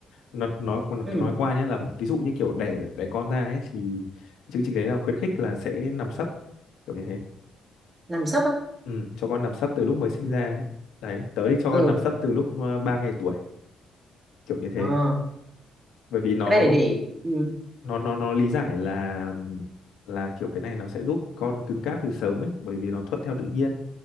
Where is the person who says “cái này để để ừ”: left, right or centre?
Right